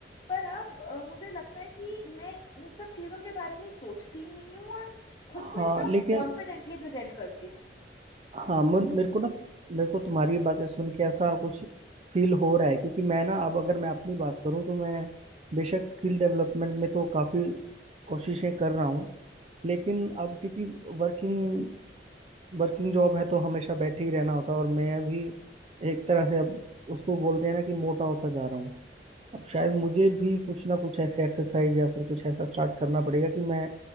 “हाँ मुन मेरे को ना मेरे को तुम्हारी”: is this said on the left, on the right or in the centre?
Right